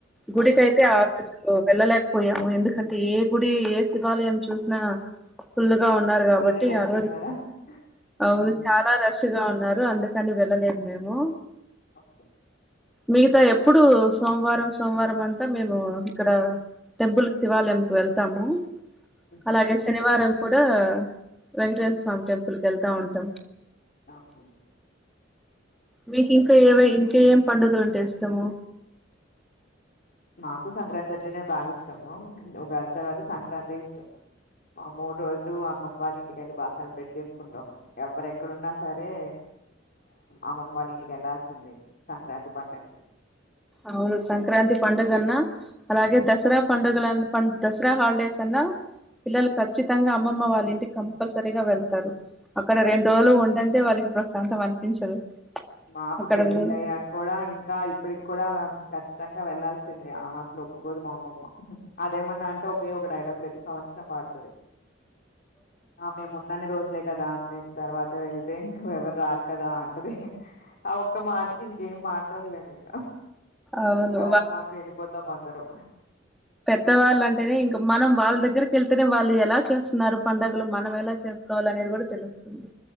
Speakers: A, in the centre; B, on the left.
A: గుడికైతే
B: ఓకే ఓకే
A: ఆ రోజు వెళ్ళలేకపోయా ఎందుకంటే ఏ గుడి ఏ శివాలయం చూసిన ఫుల్లు గ కాబట్టి
B: ఫుల్ రష్
A: ఆజు
B: ఉన్నారా మ్మ్.
A: అవును చాలా రష్ గా ఉన్నారు అందు కని వెళ్ళలేదు మేము
B: ఒకే
A: మిగతా ఎప్పుడు సోమవారం సోమవారం అంతా మేము ఇక్కడ టెంపుల్ శివాలయంకి వెళ్తాము
B: ఉహుహు.
A: అలాగే
B: ఓకే
A: శనివారం కూడా వెంకటేశ్వర స్వామి టెంపుల్ కి వెళ్తా ఉంటాం
B: ఒకే
A: మీకు ఇంకా ఏవ ఇంకా ఏమేం పండుగలు అంటే ఇష్టము
B: నాకు సంక్రాంతి అంటేనే బాగా ఇష్టము ఉగాది తర్వాత సంక్రాంతి ఇష్టము ఆ మూడు రోజులు అమ్మమ వాళ్ళ ఇంటికెళ్ళి బాగా సెలబ్రేట్ చేసుకుంటాం ఎవరెక్కడున్నా సరే అమ్మమ్మ వాళ్ళ ఇంటికి వెళ్లాల్సిందే సంక్రాంతి పండుగకి
A: అవును సంక్రాంతి పండుగన్నా అలాగే దసరా పండుగ పం దసరా హాలిడేస్ అన్నా పిల్లలు ఖచ్చితంగా అమ్మమా వాళ్ళ ఇంటికి కంపల్సర సరిగా వెళ్తారు అక్కడ రెండు రోజులు ఉందండే వాళ్ళకి ప్రశాంతంగా అనిపించదు
B: మాకు
A: అక్కడ
B: పెళ్ళిళ్ళయ్యాక
A: ఉన్
B: కూడా ఇంకా ఇప్పుడు కూడా ఖచ్చితంగా వెళ్లాల్సింది ఆ మాసలు ఒప్పుకోదు మా అమ్మమ్మ అదేమన్నా అంటే ఒకే ఒక డై లాగ్ ప్రతి సంవత్సరం వడుతుంది మేం ఉన్నని రోజు లే కదా మేము తర్వాత వెళ్తే ఇంక ఎవరు రారు కదా అంటది ఆ ఒక్క మాటకి ఇంకేం మాట్లాడలేము ఇంకా
A: అవును
B: ఇంకా ఒక మాటకీ వెళ్ళిపోతాం అందరం
A: పెద్దవాళ్ళ అంటేనే ఇంకా మనం వాళ్ళ దగ్గరకి వెళ్తేనే వాళ్ళు ఎలా చేస్తున్నారు పండుగలు మనం ఎలా చేస్తు కోవాలనేది కూడా తెలుస్తుంది